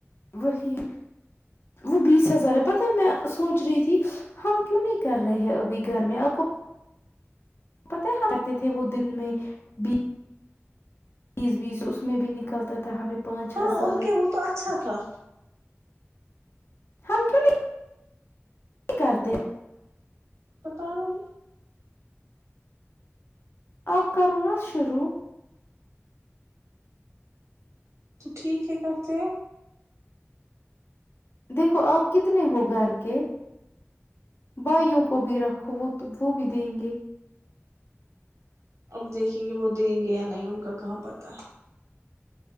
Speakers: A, on the left (about 55°); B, on the right (about 80°).
A: وہی وہ بیس ہزار ہے پت ہے میں سوچ رہی تھی ہم کیوں نہیں کر رہے ہیں ابھی گھر میں اب پت کرتے تھے وہ دن میں بھی بیس بیس اس میں بھی نکلتا تھا ہمیں پانچ
B: ہاں
A: ہزار
B: اور کیا وہ تو اچھا تھا
A: ہم سنی نہیں کرتے
B: ہتاا رہے
A: اب کرو ن شروع
B: تو ٹھیک ہے کرتے
A: دیکھو آپ کتنے ہو گھر کے بھائیوں کو بھی رکھو وہ بھی دیں گے
B: اب دیکھیں گے وہ دیں گے یا نہیں ان کا کہاں پتہ ہے